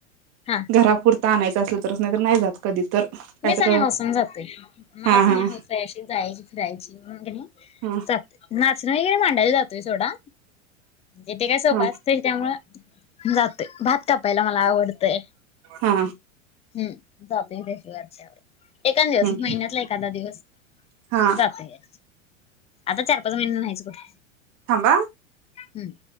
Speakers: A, on the left; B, on the right.
A: हा
B: घरापुरता आणायचं असल तरच नाही तर नाही जात. कधी तर काहीतर
A: मीच आणि हसून जातोय मलाच
B: हा
A: नाही
B: हा
A: हचशी जायची फिरायची म्हणून
B: हा
A: जाते. नाचणं वगैरे मांडायला जातोय सोडा जेथे काय सोपां
B: हा
A: असते त्यामुळ जाते भात कापायला मला आवडतय
B: हा
A: <unintelligible> एकंदिवस
B: हम्म
A: महिन्यातला एखादा दिवस
B: हा
A: जातय आता चार पाच महिने नाहीच कुठ?
B: थांबा
A: हम्म